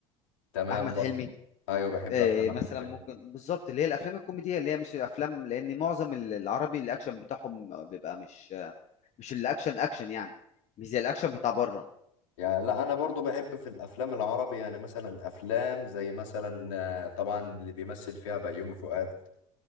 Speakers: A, on the left; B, on the left.
A: تمام
B: احمد
A: برضه
B: حلمي
A: ايوه بحب
B: إيه،
A: افلام احمد
B: مثلا
A: حلمي
B: ممكن بالظبط اللي هي الافلام الكوميديه اللي هي مش الافلام لان معظم ال- العربي الاكشن بتاعهم بيبقى مش مش الاكشن اكشن يعني مش زي الاكشن بتاع بره
A: يعني لا انا برضو بحب في الافلام العربي يعني مثلا افلام زي مثلا آه، طبعا اللي بيمثل فيها بيومي فؤاد